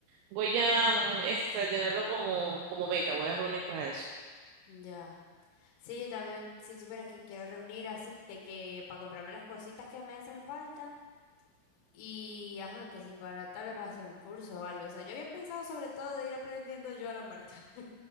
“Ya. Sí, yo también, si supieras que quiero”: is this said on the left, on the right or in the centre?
Left